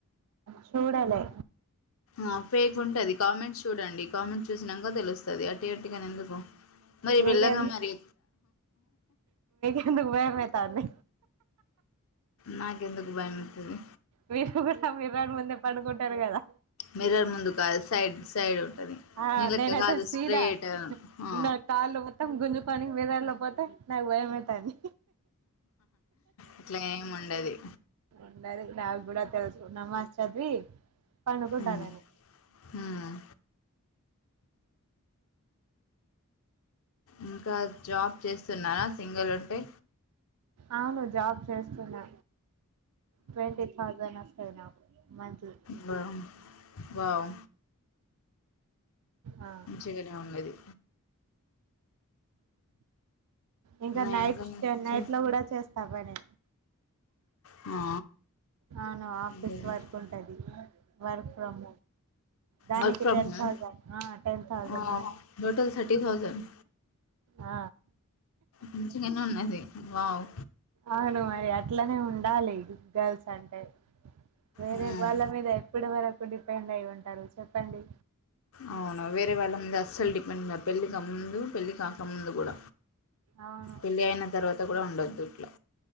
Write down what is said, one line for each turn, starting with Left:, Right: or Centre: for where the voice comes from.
Right: చూడలే
Left: ఆ ఫేక్ ఉంటది కామెంట్స్ చూడండి కామెంట్స్ చూసినాక తెలుసు వది అటు అటుగాని ఎందుకు మరి
Right: మీకెం
Left: వెల్ళగా మరి
Right: ఎందుకు భయమయితంది
Left: నాకెందుకు భయమతుంది
Right: మీరు కూడా మిర్రర్ ముందే పడుకుంటారు కదా
Left: మిర్రర్ ముందు కాదు సైడ్ సైడ్ ఉంటది
Right: ఆ
Left: నీలెక్క
Right: నేను అద
Left: కాదు
Right: సీదా
Left: స్ట్రేట్ ఆ
Right: నా కాలు మొత్తం గుంజు కొని బదడలోపోతే నాకు భయమవుతంది
Left: అట్లా ఏం ఉండది
Right: ఉండది నాకు కూడా తెలుసు నమాస్ చదివి పండుకుంటా
Left: ఉమ్
Right: నేను
Left: ఉమ్ ఇంకా జాబ్ చేస్తున్నారా సింగిల్ ఉంటే
Right: అవును జాబ్ చేస్తున్నా ట్వంటీ థౌసండ్ అస్తది నాకు మంత్లీ
Left: వె వ వావ్
Right: ఆ
Left: మంచిగానే ఉండది
Right: ఇంకా
Left: నా
Right: నైట్
Left: ఇన్కమ్
Right: స్టే
Left: వచ్చి
Right: నైట్ లొ కూడ చేస్ తగాని
Left: ఆ
Right: అవును ఆఫీస్
Left: ఉమ్
Right: వర్క్ ఉంటది. వర్క్ ఫ్రమ్ దానికి
Left: వర్క్ ఫ్రమ్
Right: టెన్
Left: హోమ్
Right: థౌజండ్ ఆ టెన్ థౌజండె
Left: ఆ టోటల్ థర్టీ థౌజండ్
Right: ఆ
Left: మంచిగానే ఉన్నది వావ్
Right: అవును మరి అట్లనే ఉండాలి గర్ల్స్ అంటె వేరె
Left: ఉమ్
Right: బాల్ల మీదె ఇప్పడి వరకు డిపెండ్ అయి ఉంటారు చెప్పండి
Left: అవును వేరే వాళ్ళ మీద అస్సలు డిపెండ్ గా పెళ్లిగా ముందు పెళ్ళి కాకముందు కూడ
Right: అవును
Left: పెళ్ళి అయిన తర్వాత కూడ ఉండద్దు ఇట్లా